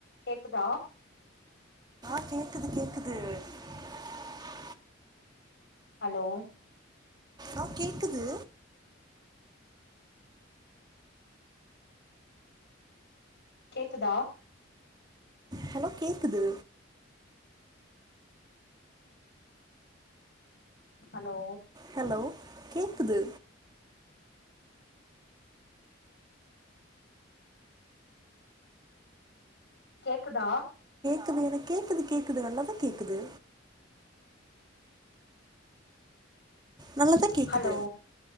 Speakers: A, on the left (about 60°); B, on the right (about 20°).
A: கேக்குதா
B: <inaudible>
A: ஹலோ
B: ஆ கேக்குது
A: கேக்குதா
B: ஹலோ கேக்குது
A: அலோ
B: ஹலோ கேக்குது
A: கேக்குதா
B: க்குது எனக் கேக்குது கேக்குது நல்லாதா கேக்குது நல்லாதா கேக்குது
A: ஹலோ